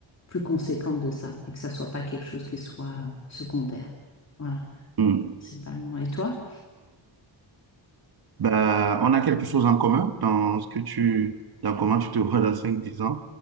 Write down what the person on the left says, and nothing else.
plus conséquente de ça et que ça soit pas quelque chose qui soit euh, secondaire. Voilà,
principalement. Et toi?